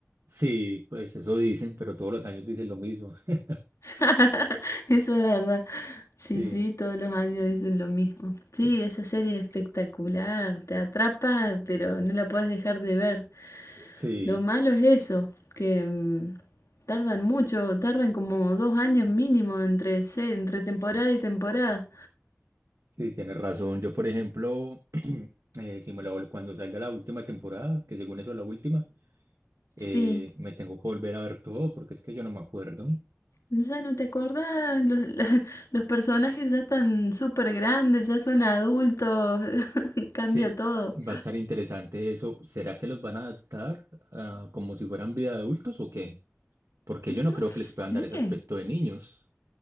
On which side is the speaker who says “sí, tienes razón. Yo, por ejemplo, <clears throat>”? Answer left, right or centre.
Right